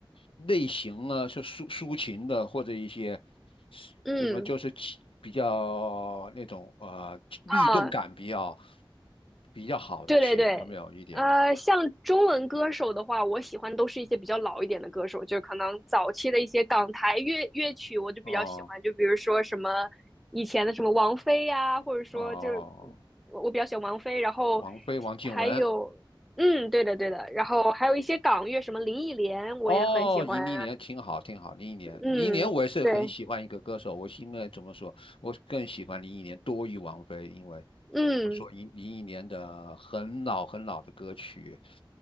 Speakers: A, on the left; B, in the centre.
A: 类型啊？是抒抒情的，或者一些
B: 嗯。
A: 什么就是起比较那种呃律动感比较
B: 啊。
A: 比较好的曲子，
B: 对对对，
A: 有没有一点？
B: 呃，像中文歌手的话，我喜欢都是一些比较老一点的歌手，就可能早期的一些港台乐乐曲，我就比较喜欢，
A: 哦
B: 就比如说什么以前的什么王菲呀、或者说就是
A: 哦，
B: 我我比较喜欢王菲，然后
A: 王菲、王静雯
B: 还有嗯，对的对的，然后还有一些港乐，什么林忆莲，我也很喜欢啊
A: 哦，林忆莲，挺好，挺好。林忆莲，
B: 嗯，
A: 林忆莲，我也是很喜欢一个歌手，
B: 对，
A: 我是因为怎么说，我更喜欢林忆莲多于王菲，因为
B: 嗯。
A: 怎么说，林林忆莲的很老很老的歌曲，